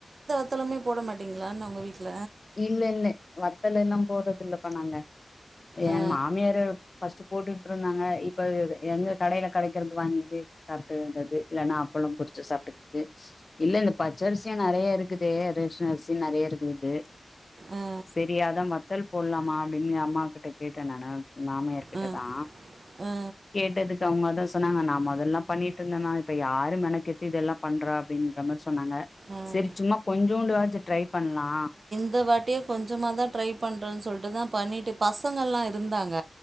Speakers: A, on the right (about 55°); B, on the left (about 40°).
A: வத்தலேமே போட மாட்டீங்ளான்ன உங்க வீட்டுல
B: இல்லல்ல வத்தல எல்லாம் போறது இல்லப்பா நாங்க என்
A: ஆ
B: மாமியாரு பஸ்டு போட்டுட்ருந்தாங்க இப்ப எங்க கடையில கடைக்கிறது வாங்கி சாப்பிடுக்க வேண்டியது இல்லைன்னா அப்பளும் பொரிச்சு சாப்பிட்டுக்கது இல்ல இந்த பச்சரிசியா நெறையா இருக் க்குது ரேஷன் அரிசி நெறைய இருக்குது
A: ஆ
B: செரி அதா வத்தல் போட்லாமா அப்டின்னு அம்மாகிட்ட கேட்டே நானு மாமியார்கிட்டதா
A: ஆ ஆ
B: கேட்டதுக் <unintelligible> சொன்னாங்க நா மொதல்ல பண்ணிட்ருந்தம்மா இப்ப யாரு மெனக்கெட்டு இதெல்லா பண்றா அப்டிங்கிற மாரி சொன்னாங்க
A: ஆ
B: சரி சும்மா கொஞ்சோண்டுவாச்சு ட்ரை பண்லா
A: இந்த வாட்டியே கொஞ்சமாதா ட்ரை பண்றன்னு சொல்ட்டுதா பண்ணிட்டு பசங்கள்லா இருந்தாங்க